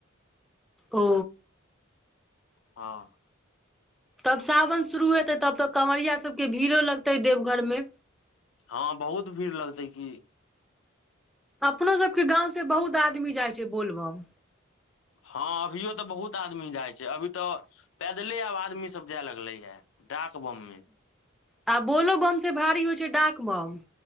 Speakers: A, in the centre; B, on the left.
A: ओ।
B: हँ।
A: तब सावन शुरू हेते तब तऽ काँवरिया सबके भीड़ो लगते देवघर मे।
B: हँ बहुत भीड़ लगतै की।
A: अपनो सबके गाँंव से बहुत आदमी जाइ छै बोलबम।
B: हँ अभियो तऽ बहुत आदमी जाइ छै अभी तऽ पैदले आब आदमी सब जाय लगले हे डाक बम मे।
A: आ बोलो बम से भारी होइ छै डाक बम।